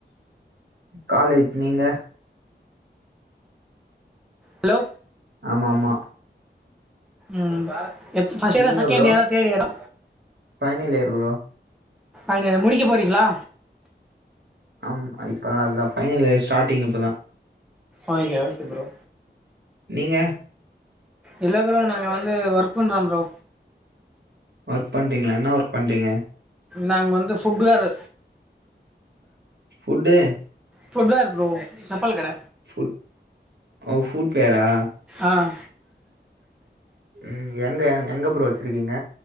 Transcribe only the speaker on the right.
காலேஜ் நீங்க
ஆமா ஆமா
நீங்க
ப்ரோ
ஃபைனல் இயர் ப்ரோ
ஆம் இப்ப அதான் பைனலியர் ஸ்டாட்டிங் இப்பதான்
நீங்க
ஒர்க் பண்றீங்களா என்னா ஒர்க் பண்றீங்க
food
புட் ஓ ஃபுட் வேரா
உம் எங்க எங்க ப்ரோ வச்சிருக்கீங்க